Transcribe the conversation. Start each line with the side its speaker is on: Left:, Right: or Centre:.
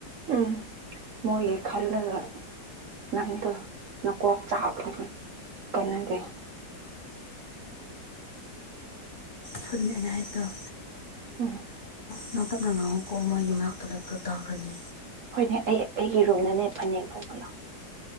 Right: ꯎꯝ ꯃꯣꯏꯒꯤ ꯈꯜꯂꯒ ꯅꯪꯗꯣ ꯃꯀꯣꯛ ꯆꯥꯛꯂꯒ ꯀꯥꯟꯅꯗꯦ
Left: ꯍꯧꯖꯤꯛ ꯑꯩꯅ ꯍꯥꯏꯕꯗꯣ
Right: ꯎꯝ
Left: ꯅꯪ ꯇꯞꯅ ꯉꯥꯥꯡꯉꯣ ꯀꯣ ꯃꯣꯏꯒꯤ ꯃꯅꯥꯛꯇ ꯂꯩꯕꯗꯣ ꯇꯥꯈ꯭ꯔꯅꯤ
Right: ꯍꯣꯏꯅꯦ ꯑꯩ ꯑꯩꯒꯤ ꯔꯨꯝꯗꯅꯦ ꯐꯅꯦꯛ ꯊꯣꯛꯕ ꯂꯥꯛꯑꯣ